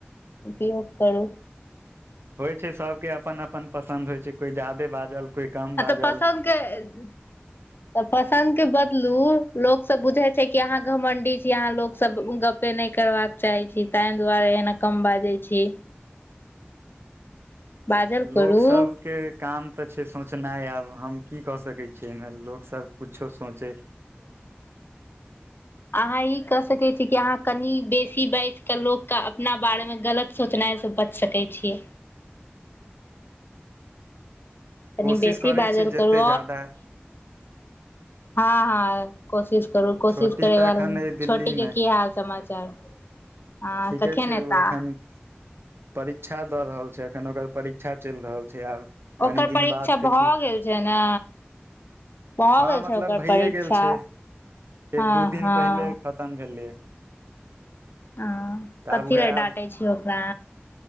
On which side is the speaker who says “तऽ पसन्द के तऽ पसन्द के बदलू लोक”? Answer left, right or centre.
Left